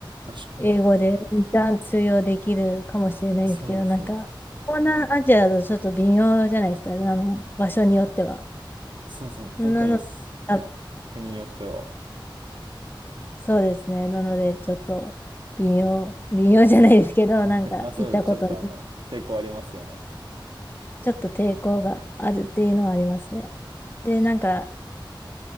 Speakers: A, on the right; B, on the left.
A: 確かに。
B: 英語で一旦通用できるかもしれないですけど、
A: そうですね。
B: なんか、東南アジアだとちょっと微妙じゃないですか、あの、場所によっては。
A: そうですね。特にすね、
B: なの、あ、
A: 国によっては。
B: そうですね。なので、ちょっと微妙、微妙じゃないですけど、
A: <laughs>
B: なんか行ったことない、
A: まあそうです。ちょっとあの、抵抗ありますよね。
B: ちょっと抵抗があるっていうのはありますね。で、
A: 確か
B: なんか、